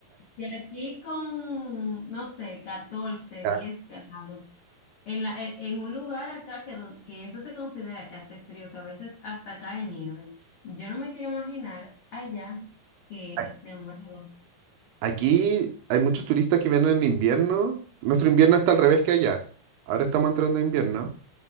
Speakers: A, on the left (about 80°); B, on the right (about 80°).
A: de aquí con, no sé, 14
B: ya,
A: 10 grados, en la, en en un lugar acá que, don- que eso se considera que hace frío, que a veces hasta cae nieve, yo no me quiero imaginar allá que
B: a-
A: es de un grado.
B: Aquí hay muchos turistas que vienen en invierno, nuestro invierno está al revés que allá, ahora estamos entrando a invierno.